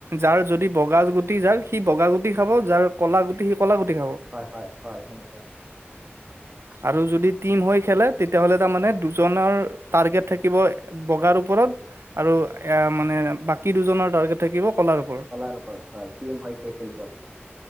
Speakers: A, on the right; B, on the right.
A: যাৰ যদি বগা গুটি যাৰ সি বগা গুটি খাব যাৰ কলা গু সি ক'লা গুটি খাব।
B: হয় হয় সেনেকুৱা হয়
A: আৰু যদি টিম হৈ খেলে তেতিয়াহ'লে তাৰমানে দুজনৰ টাৰ্গেট থাকিব। বগাৰ ওপৰত আৰু এ, মানে বাকী দুজনৰ টাৰ্গেট থাকিব কলাৰ ওপৰত।
B: কলাৰ ওপৰত হয়, টিম হয় খে-খেলিব লাগে।